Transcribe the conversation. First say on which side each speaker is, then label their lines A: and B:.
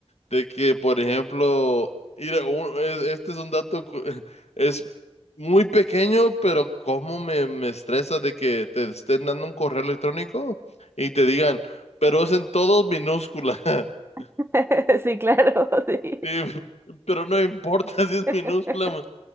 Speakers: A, on the left (about 80°); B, on the right (about 20°).
A: De que, por ejemplo, mira, un- es- este es un dato, cu- <laughs> es muy pequeño, pero cómo me, me estresa de que te estén dando un correo electrónico y te digan, pero es en todos minúscula. <laughs>
B: <laughs> Sí, claro, <laughs> sí.
A: Y- pero no importa <laughs> si es
B: <laughs>
A: minúscula,